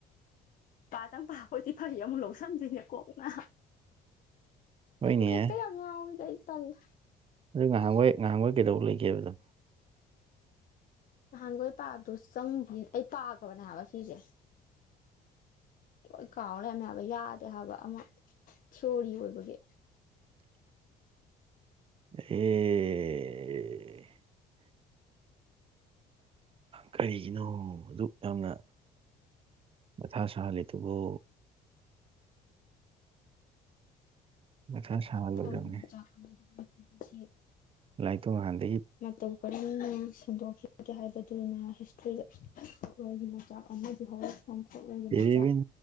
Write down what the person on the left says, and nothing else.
ꯄꯥꯇꯪ ꯄꯥꯕ ꯑꯣꯏꯗꯤ ꯐꯩ ꯑꯃꯨꯛ ꯂꯧꯁꯟꯗꯣꯏꯅꯦ ꯀꯣꯛꯅ
ꯃꯦꯠꯇ ꯌꯥꯝ ꯉꯎꯌꯤꯗ ꯑꯩ ꯇꯜꯂꯦ
ꯅꯍꯥꯟꯒꯣꯏ ꯄꯥꯕꯗꯨ ꯆꯪꯗꯦ ꯑꯩ ꯄꯥꯈ꯭ꯔꯕꯅꯦ ꯍꯥꯏꯕ ꯁꯤꯁꯦ ꯂꯣꯏ ꯀꯥꯎ ꯂꯩꯔꯃꯦ ꯍꯥꯏꯕ ꯌꯥꯗꯦ ꯍꯥꯏꯕ ꯑꯃ ꯊꯤꯑꯣꯔꯤ ꯑꯣꯏꯕꯒꯤ
<unintelligible>
ꯃꯇꯧ ꯀꯥꯔꯝꯅ ꯁꯟꯗꯣꯛꯈꯤ ꯍꯥꯏꯕꯗꯨꯅ ꯍꯤꯁꯇ꯭ꯔꯤꯗ ꯐꯣꯛꯂꯣꯔꯒꯤ ꯃꯆꯥꯛ ꯑꯃꯗꯤ ꯍꯧꯔꯛ ꯐꯣꯛꯂꯣꯔꯒꯤ
ꯃꯆꯥꯛ